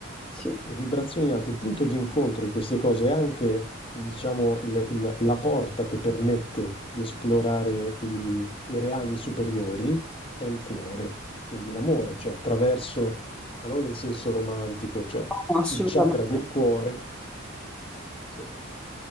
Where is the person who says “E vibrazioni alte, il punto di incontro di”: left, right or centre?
Left